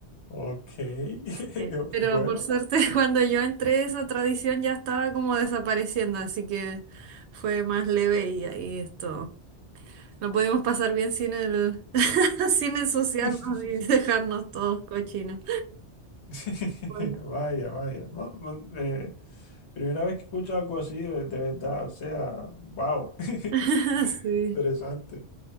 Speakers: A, on the left; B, on the right.
A: Ok, <laughs>
B: Eh, Pero
A: bueno.
B: por suerte <laughs> cuando yo entré esa tradición ya estaba como desapareciendo, así que fue más leve y ahí esto. Lo pudimos pasar bien sin el, <laughs> sin ensuciarnos
A: <laughs>
B: y <laughs> dejarnos todos cochinos.
A: <laughs>
B: Bueno.
A: Vaya, vaya. No, no, eh, primera vez que escucho algo así, de, de verdad, o sea, wow. <laughs>
B: <laughs> Sí,
A: Interesante.